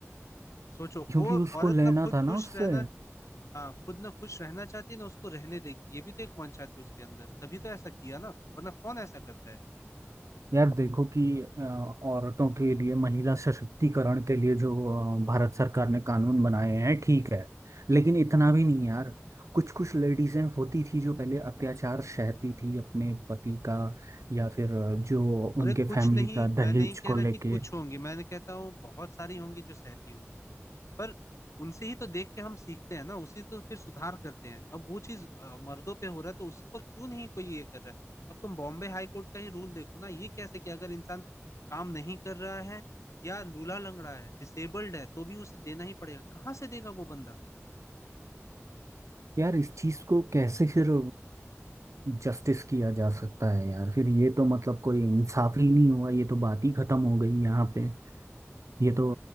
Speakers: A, on the left (about 75°); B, on the right (about 85°).
A: सोचो
B: क्योंकि
A: वो
B: उसको
A: औरत
B: लेना
A: ना खुद
B: था ना
A: खुश
B: उससे
A: रहना हाँ खुद ना खुश रहना चाहती है ना उसको रहने देगी ये भी तो एक मंशा थी उसके अंदर तभी तो ऐसा किया ना वरना कौन ऐसा करता है
B: यार देखो कि अ, औरतों के लिए महिला सशक्तिकरण के लिए जो अ, भारत सरकार ने कानून बनाए हैं ठीक है लेकिन इतना भी नहीं यार कुछ कुछ लेडीजें होती थी जो पहले अत्याचार सहती थी अपने पति का या फिर अ, जो उनके
A: अरे कुछ
B: फैमिली
A: नहीं
B: का दहेज
A: मैं नहीं
B: को
A: कह रहा
B: लेके
A: कि कुछ होंगी मैंने कहता हूँ बहुत सारी होंगी जो सहती होंगी पर उनसे ही तो देख के हम सीखते हैं ना उसी तो फिर सुधार करते हैं अब वो चीज अ, मर्दों पे हो रहा है तो उसको क्यों नहीं कोई ये कर रहा है अब तुम बॉम्बे हाई कोर्ट का ही रूल देखो ना ये कैसे कि अगर इंसान काम नहीं कर रहा है या लूला लंगड़ा है डिसेबल्ड है तो भी उसे देना ही पड़ेगा कहाँ से देगा वो बंदा
B: यार इस चीज को कैसे फिर जस्टिस किया जा सकता है यार फिर ये तो मतलब कोई इंसाफ ही नहीं हुआ ये तो बात ही खत्म हो गई यहाँ पे ये तो